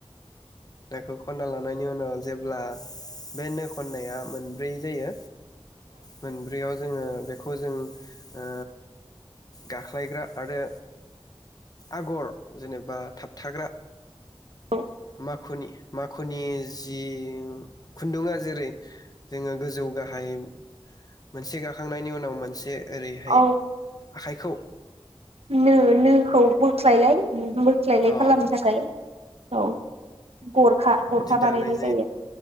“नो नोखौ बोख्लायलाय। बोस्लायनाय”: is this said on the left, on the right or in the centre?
Right